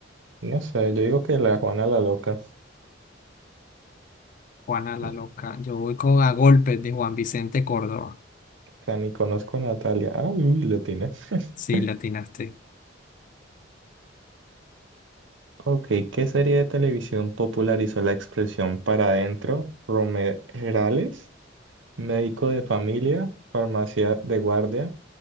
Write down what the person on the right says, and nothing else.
No sé, yo digo que la Juana la loca.
Mm,
plan, ni conozco a Natalia. Ah, uy, latina. <laughs>
Ok, ¿qué serie de televisión popularizó la expresión para adentro? Romerales, médico de familia, farmacia de guardia,